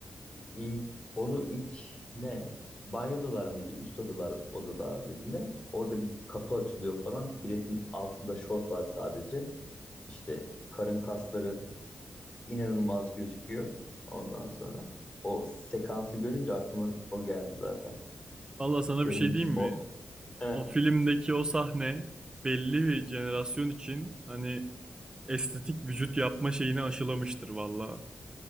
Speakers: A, on the left (about 30°); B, on the right (about 20°).
A: ilk onu ilk ne banyodalar mıydı? Üst odalar odalar mıydı ne? Orada bir kapı açılıyor falan. Biletin altında şort var sadece. İşte karın kasları inanılmaz gözüküyor. Ondan sonra o sekansı görünce aklıma o geldi zaten.
B: Vallahi sana
A: Dedim
B: bir şey diyeyim
A: bizim
B: mi?
A: o He,
B: O filmdeki o sahne belli bir jenerasyon için hani estetik vücut yapma şeyini aşılamıştır vallahi.